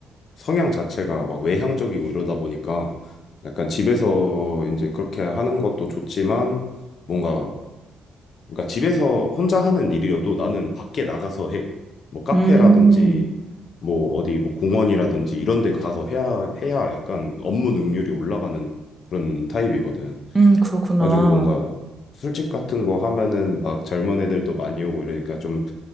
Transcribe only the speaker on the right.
음,
음, 그렇구나.